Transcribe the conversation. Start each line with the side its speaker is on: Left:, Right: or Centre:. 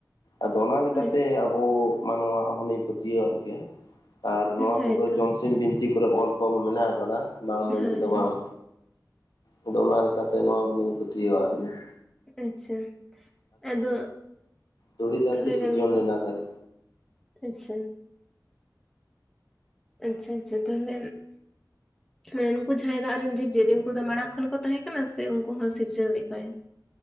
Left: ᱟᱫᱚ ᱚᱱᱟ ᱞᱮᱠᱟᱛᱮ
Centre: ᱦᱳᱭ
Left: ᱟᱵᱚ ᱢᱟᱱᱣᱟᱣᱟᱜ ᱦᱚᱞᱤᱧ ᱯᱟᱹᱛᱭᱟᱹᱣᱟᱜ ᱜᱮᱭᱟ᱾ ᱟᱨ ᱱᱚᱣᱟ
Centre: ᱦᱳᱭᱛᱚ
Left: ᱠᱚᱫᱚ ᱡᱚᱢᱥᱤᱢ ᱵᱤᱱᱛᱤ ᱠᱚᱨᱮ ᱚᱞ ᱛᱚᱞ ᱢᱮᱱᱟᱜ ᱟᱠᱟᱫᱟ᱾ ᱵᱟᱝ ᱢᱮᱱ
Centre: ᱦᱳᱭ
Left: ᱛᱮᱫᱚ ᱵᱟᱝ, ᱟᱫᱚ ᱚᱱᱟ ᱞᱮᱠᱟᱛᱮ ᱱᱚᱣᱟ ᱦᱚᱸᱞᱤᱧ ᱯᱟᱹᱛᱭᱟᱹᱣᱟᱜ ᱜᱮᱭᱟ᱾
Centre: ᱟᱪᱪᱷᱟ, ᱟᱫᱚ
Left: ᱫᱷᱚᱲᱤ ᱫᱷᱟᱹᱨᱛᱤ
Centre: ᱦᱳᱭ
Left: ᱥᱤᱨᱠᱡᱚᱱ
Centre: ᱢᱟ ᱞᱟᱹᱭ ᱢᱮ
Left: ᱞᱮᱱᱟ ᱠᱷᱟᱡ᱾
Centre: ᱟᱪᱪᱷᱟ᱾ ᱟᱪᱪᱷᱟ ᱟᱪᱪᱷᱟ, ᱛᱟᱦᱞᱮ ᱢᱟᱱᱮ ᱩᱝᱠᱩ ᱡᱟᱦᱟᱸᱭ ᱫᱟᱜ ᱨᱮᱱ ᱡᱤᱵᱽᱡᱤᱭᱟᱹᱞᱤ ᱩᱱᱠᱩ ᱫᱚ ᱢᱟᱲᱟᱝ ᱠᱷᱚᱱ ᱠᱚ ᱛᱟᱦᱮᱸ ᱠᱟᱱᱟ ᱥᱮ ᱩᱝᱠᱩ ᱦᱚᱸ ᱥᱤᱨᱡᱟᱹᱣ ᱞᱮᱫ ᱠᱚᱣᱟᱟᱭ?